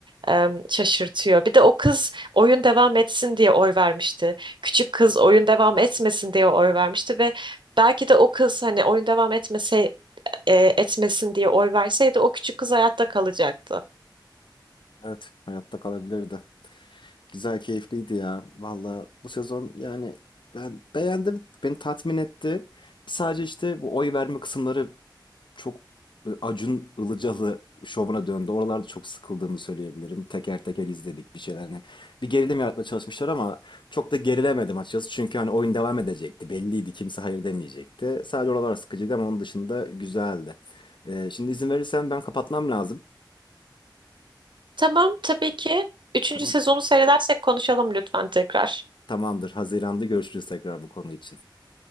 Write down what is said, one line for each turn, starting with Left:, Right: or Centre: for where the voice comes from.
Right: em, şaşırtıyor. Bir de o kız oyun devam etsin diye oy vermişti. Küçük kız oyun devam etmesin diye oy vermişti ve belki de o kız hani oyun devam etmese e, etmesin diye oy verseydi o küçük kız hayatta kalacaktı.
Left: Evet, hayatta kalabilirdi. Güzel, keyifliydi ya. Valla bu sezon yani ben beğendim. Beni tatmin etti. Sadece işte bu oy verme kısımları çok böyle Acun Ilıcalı şovuna döndü. Oralarda çok sıkıldığımı söyleyebilirim. Teker teker izledik bir şeyler. Hani bir gerilim yaratmaya çalışmışlar ama çok da gerilemedim açıkçası. Çünkü hani oyun devam edecekti. Belliydi. Kimse hayır demeyecekti. Sadece oralar sıkıcıydı ama onun dışında güzeldi. Ee, şimdi izin verirsen ben kapatmam lazım.
Right: Tamam, tabii ki. Üçüncü
Left: Tamam.
Right: sezonu seyredersek konuşalım lütfen tekrar.
Left: Tamamdır. Haziran'da görüşürüz tekrar bu konu için.